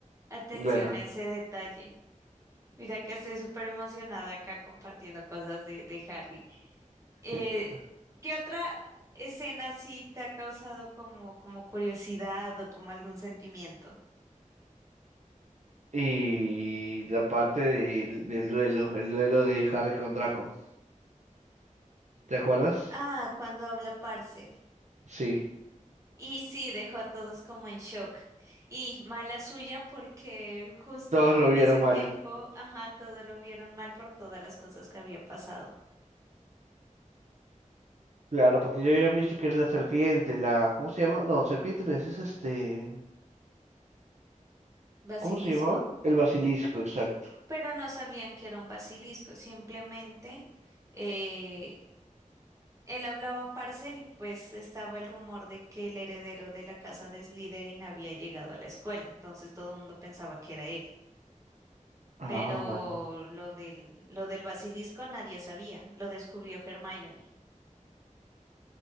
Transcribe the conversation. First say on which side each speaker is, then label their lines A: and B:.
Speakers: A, on the right (about 25°); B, on the right (about 60°).
A: atención
B: Bueno.
A: a ese detalle. Mira que estoy súper emocionada acá compartiendo cosas de, de Harry. Eh,
B: <laughs>
A: ¿qué otra escena sí te ha causado como, como curiosidad o como algún sentimiento?
B: Y la parte del, del duelo, el duelo de Harry con Draco. ¿Te acuerdas?
A: Ah, cuando habla Parcel.
B: Sí,
A: Y sí, dejó a todos como en shock. Y mala suya porque justo
B: todos lo
A: en
B: vieron
A: ese
B: mal.
A: tiempo, ajá, todo lo vieron mal por todas las cosas que había pasado.
B: Claro, porque ya habían visto que era la serpiente, la... ¿Cómo se llama? No, serpiente no es, es este...
A: ¿Basilisco?
B: ¿Cómo se llamaba? El basilisco, exacto.
A: Pero no sabían que era un basilisco, simplemente eh, Él hablaba Parcel y pues estaba el rumor de que el heredero de la casa de Slytherin había llegado a la escuela, entonces todo el mundo pensaba que era él.
B: Ah,
A: Pero
B: vale.
A: lo del, lo del basilisco nadie sabía, lo descubrió Hermione.